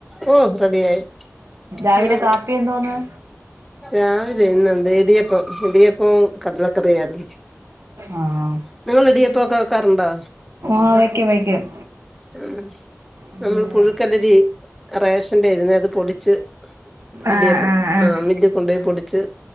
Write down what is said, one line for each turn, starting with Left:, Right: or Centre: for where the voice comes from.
Centre: ഓ റെഡിയായി
Right: രാവിലെ
Centre: ഇന്ന്
Right: കാപ്പി എന്തോന്ന്
Centre: രാവിലെ ഇന്ന് എന്ത്‌ ഇടിയപ്പം ഇടിയപ്പം കടലക്കറിയാരുന്നു
Right: ആഹ്
Centre: നിങ്ങ ഇടിയപ്പോക്കെ വെക്കാറുണ്ടോ
Right: ആഹ് വയ്ക്കും വയ്ക്കും
Centre: ഉം
Right: പിന്നെ
Centre: നമ്മൾ പുഴുക്കലരി റേഷന്റെരുന്ന് അത് പൊടിച്ച്
Right: ആഹ്
Centre: ഇടിയപ്പം
Right: ആഹ് ആഹ്
Centre: ആ മില്ലി കൊണ്ട്പോയി പൊടിച്ച്